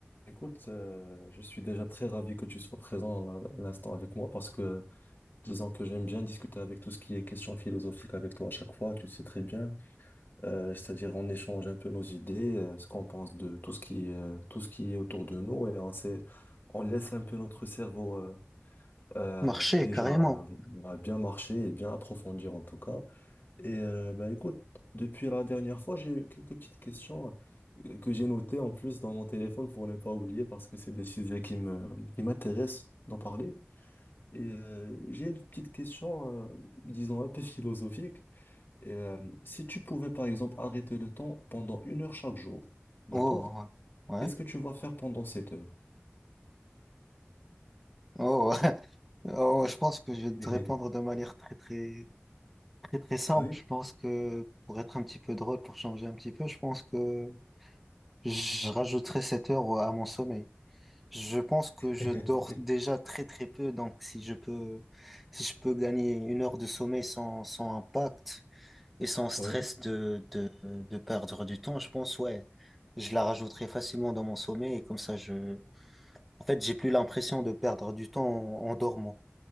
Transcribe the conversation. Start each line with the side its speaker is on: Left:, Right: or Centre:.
Left: Écoute, euh, je suis déjà très ravi que tu sois présent là- à l'instant avec moi parce que disons que j'aime bien discuter avec tout ce qui est question philosophique avec toi à chaque fois, tu le sais très bien. Euh, c'est-à-dire on échange un peu nos idées, euh, ce qu'on pense de tout ce qui, euh, tout ce qui est autour de nous et on sait, on laisse un peu notre cerveau euh, euh,
Centre: Marcher,
Left: déjà
Centre: carrément.
Left: euh, bah, bien marcher et bien approfondir en tout cas. Et euh, bah, écoute, depuis la dernière fois, j'ai eu quelques petites questions euh, que j'ai notées en plus dans mon téléphone pour ne pas oublier parce que c'est des sujets qui me, qui m'intéressent d'en parler. Et euh, j'ai une petite question, euh, disons, un peu philosophique. Et, euh, si tu pouvais, par exemple, arrêter le temps pendant une heure chaque jour, d'accord?
Centre: Oh, ouais. Ouais.
Left: Qu'est-ce que tu vas faire pendant cette heure?
Centre: Oh, ouais. <laughs> oh, je pense que je vais te
Left: <laughs>
Centre: répondre de manière très, très, très, très simple.
Left: Oui,
Centre: Je pense que pour être un petit peu drôle, pour changer un petit peu, je pense que je rajouterai 7 heures à mon sommeil. Je pense que je
Left: <laughs>
Centre: dors déjà très, très peu. Donc, si je peux, si je peux gagner une heure de sommeil sans, sans impact et sans stress
Left: oui,
Centre: de, de, de perdre du temps, je pense, ouais, je la rajouterai facilement dans mon sommeil et comme ça, je, En fait, j'ai plus l'impression de perdre du temps en, en dormant.